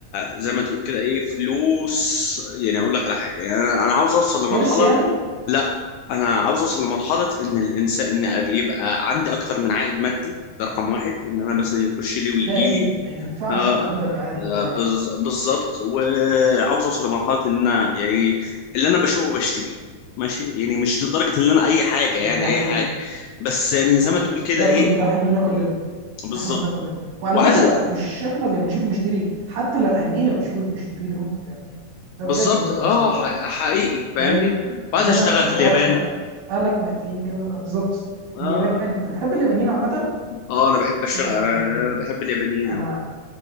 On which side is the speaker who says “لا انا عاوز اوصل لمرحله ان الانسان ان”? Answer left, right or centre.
Left